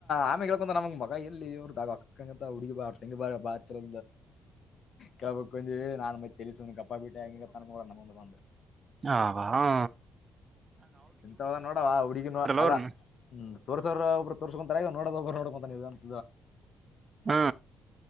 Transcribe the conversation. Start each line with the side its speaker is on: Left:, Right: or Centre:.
Left: ಆಮೆ ಕೇಳ್ಕೊಂತ ನಮಗೆ ಮಗ ಎಲ್ಲಿ ಅವ್ರ ಅಕ್ಕಂಗ ಅಂತ ಹುಗಿ ಬಾ ಅವ ತೆಂಗಿ ಬಾ ಬಾ ಅ ಕಪ ನಾನುಳ ಕಪ್ಪಾ ಬಿಟ್ಟ ಎ ಕೂಡ ನಮ್ಮಂದ ಬ
Right: ಹ ಹ್ಮ
Left: ಎಂತಥದ ನೋಡವ ಹುಡುಗಿನ ಅಲ್ಲ
Right: ಅವ್ರನ್ನ
Left: ಹ್ಮ ತೋರ್ಸೋರ ಒಬ್ಬರು ತೋರ್ಸಕೊಂತರ ನೋಡೋ ಒಬ್ಬ ನೋಡ್ಕೊಂತ ನೀವಂತ
Right: ಹ್ಮ್